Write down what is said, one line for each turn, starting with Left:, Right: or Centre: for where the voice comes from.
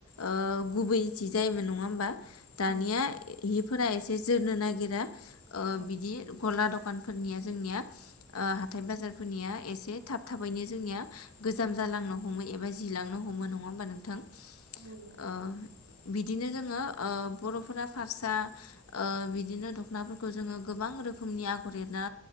Left: ओ गुबै
Right: औ
Left: जि जायोमोन नङा होमबा दानिया
Right: औ नंगौ
Left: हिफोरा एसे जोरनो नागिरा। ओ
Right: औ
Left: बिदि गला दखानफोरनिया। जोंनिया ओ हाथाय बाजारफोरनिया एसे थाब थाबैनो जोंनिया गोजाम जालांनो हमै। एबा जि लांनो हमो नङा होमबा नोंथां?
Right: औ नंगौ।
Left: ओ बिदिनो जोङो ओ बर'फोरा फारसा ओ बिदिनो दख'नाफोरखौ जोङो गोबां गुबुन रोखोमनि आगर एरना